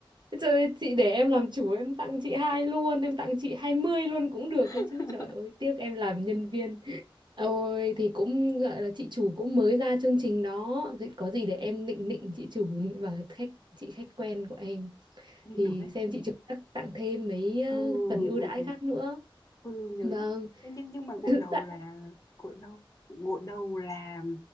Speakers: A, on the right; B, on the left.
A: trời ơi, chị để em làm chủ em tặng chị hai luôn, em tặng chị 20 luôn cũng được
B: <laughs>
A: đấy chứ. Trời ơi, tiếc em làm nhân viên. Ôi thì cũng gọi là chị chủ cũng mới ra chương trình đó, thì có gì để em nịnh nịnh chị chủ và khách chị khách quen của em.
B: Thì
A: thì
B: được đấy.
A: xem chị Trúc chắc tặng thêm mấy ờ,
B: Ừ,
A: phần ưu
B: ừ,
A: đãi khác
B: ừ,
A: nữa
B: ừ, nhớ
A: vâng
B: nhá. Thế nhưng nhưng mà
A: <laughs>
B: gội đầu
A: dạ
B: là, gội đầu, gội đầu là,